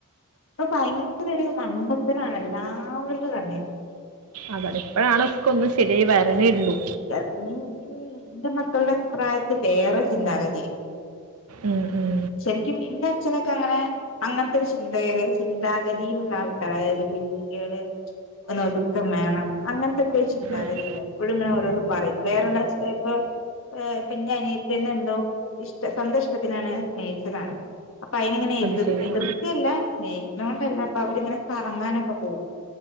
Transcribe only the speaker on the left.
ഇപ്പ ഭയങ്കര ഒരു മണ്ടത്തരാണ് എല്ലാവരുടെ കണ്ണീരും
<inaudible> ഇന്റെ മക്കള്ടെ പ്രായത്തിൽ വേറെ ചിന്താഗതി
ശരിക്കും ഇന്റെ അച്ഛനൊക്കെ അങ്ങനെ അങ്ങൻത്തെ ഒരു ചിന്താഗെ ചിന്താഗതിയിലുള്ള ആൾക്കാര് അതായത് പെൺ കുട്ട്യാള് ഒന്ന് ഒതുക്കം വേണം അങ്ങൻത്തെക്കെ ഒരു ചിന്താഗതില്ലെ
എപ്പഴും ഇങ്ങനെ ഓരോന്ന് പറയും <unintelligible> ചെ പ് ഏഹ് ഇപ്പെന്റെ അനിയത്ത്യന്നെ എന്തോ ഇഷ്ട സ്വന്തം ഇഷ്ടത്തിനാണ് സ്നേഹിച്ചതാണ് അപ്പൊ, അയിനിങ്ങനെ
എതിർ,
എതിർക്ക
ല്ല. സ്നേഹി ക്ണോണ്ട ല്ല. അപ്പൊ, അവരിങ്ങനെ കറങ്ങാനൊക്കെ <unintelligible>